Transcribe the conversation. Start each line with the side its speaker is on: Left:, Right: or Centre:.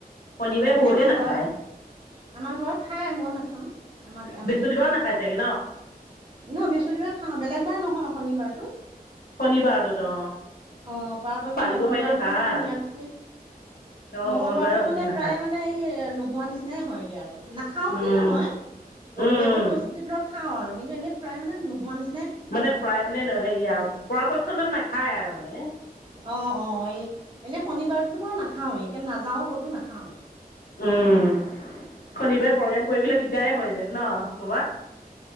Left: শনিবাৰে
Right: অ' এনে
Left: বহুতে
Right: আমাৰ
Left: নাখায়
Right: ঘৰৰ আমাৰ ঘৰত খাই, মই নাখাওঁ। আমাক আমি
Left: বৃহস্পতিবাৰেও
Right: ন
Left: নাখায় চাগে
Right: বৃহস্পতিবাৰ খাওঁ বেলেগ বাৰ নহয় শনিবাৰ।
Left: শনিবাৰটোত অ'।
Right: অ', পৰাপক্ষত
Left: পালিব
Right: মঙ্গলবাৰটো
Left: পাৰিলে ভাল।
Right: মানে নিৰামিষে
Left: অ
Right: মঙ্গলবাৰটো
Left: মঙ্গলবাৰৰ <unintelligible>
Right: মানে প্ৰায় মানে এই নোহোৱা নিচিনাই হয়গে আৰু। নাখাও
Left: উম
Right: বুলি নহয়, পৰিৱেশত
Left: উম
Right: পৰিস্থিতি ধৰক খাওঁ আৰু কিন্তু এনেই প্ৰায় মানে নোহোৱা নিচ
Left: মানে প্ৰায় মানে হেৰিয়া পৰাপক্ষত মানে নাখায় আৰু মানে।
Right: অ' অ' এই এনে শনিবাৰটোতো বাৰু নাখাওঁৱে। নাযাওঁ ক'তো নাখাওঁ।
Left: উম শনিবাৰে প্ৰগ্ৰেম কৰি দিলে দিগদাৰে হয় যায় ন' ক'বাত?